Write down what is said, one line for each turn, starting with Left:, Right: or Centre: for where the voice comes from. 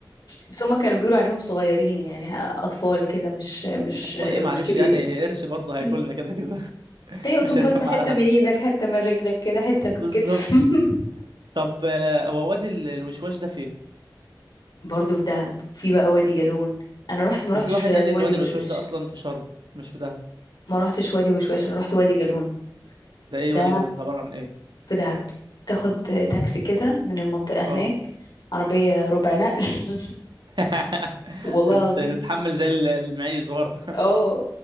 Left: بس هما كانوا بيقولوا عليهم صغيرين يعني اطفال كده مش مش
Right: اطفال
Left: قروش
Right: ايه معلش
Left: كبيره
Right: يعني قرش برضه هياكلنا
Left: مم.
Right: كده كده <laughs>
Left: يقطب
Right: مش هيسمع
Left: بس حته
Right: على حد
Left: من ايدك حته من رجلك كده حته
Right: بالظبط
Left: بالكتف <laughs>
Right: طب آه، هو وادي ال- الوشواش ده فين
Left: برضه في دهب في بقى وادي جالون انا رحت ما رحتش
Right: انا في واحد قال لي
Left: وادي
Right: ان وادي
Left: وشواش
Right: الوشواش ده اصلا في شرم مش في دهب
Left: ما رحتش وادي وشواش انا رحت وادي جالون
Right: ده ايه
Left: ده
Right: وادي جالون ده عبارة عن ايه
Left: في دهب تاخد تاكسي كده من المنطقه
Right: اه
Left: هناك عربيه ربع نقل
Right: <laughs>
Left: <laughs> والله
Right: هنتحمل
Left: العظيم
Right: زي ال- المعيز ورا
Left: اه